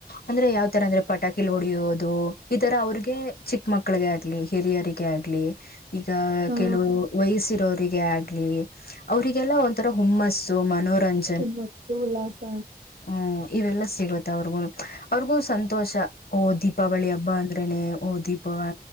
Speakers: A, on the left; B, on the right.
A: ಅಂದ್ರೆ ಯಾವ್ ತರ ಅಂದ್ರೆ ಪಟಾಕಿಲ್ಲಿ ಹೊಡಿಯೋದು ಈ ತರ ಅವ್ರಿಗೆ ಚಿಕ್ಕ ಮಕ್ಳಗೆ ಆಗ್ಲಿ ಹಿರಿಯರಿಗೆ ೆ ಆಗ್ಲಿ ಈಗ
B: ಹಾ
A: ಕೆಲವು ಬಯಸರೋರಿಗೆ ಆಗ್ಲಿ ಅವರಿಗೆಲ್ಲ ಒರ ಹುಮ್ಮಸ್ಸು ಮನೋರಂಜ
B: ಉಮ್ಮತ್ತು ಉಲ್ಲಾಸ
A: ಹೂ ಇವೆಲ್ಲಾ ಸಿಗುತ್ತ ಅವ್ರಿಗು ಅವ್ರಿಗೂ ಸಂತೋಷ ಓ ದೀಪಾವಳಿ ಹಬ್ಬ ಅಂದ್ರೇನೆ ಓ ದೀಪಾವಳ